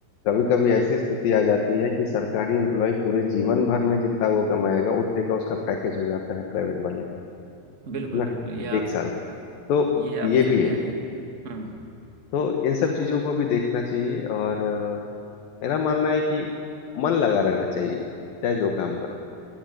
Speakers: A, on the left (about 65°); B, on the right (about 65°).
A: कभी कभी ऐसी स्थिति आ जाती है कि सरकारी एम्प्लॉय पूरे जीवन भर में जितना वो कमाएगा उतने का उसका पैकेज हो जाता है प्राइवेट वाले का है
B: बिल्कुल
A: ना
B: बिल्कुल ये आप
A: एक साल का तो
B: ये आप
A: ये
B: सही
A: भी
B: कह
A: है
B: रहे हैं हम्म
A: तो इन सब चीजों को भी देखना चाहिए और अ, मेरा मानना है कि मन लगा रहना चाहिए चाहे जो काम करो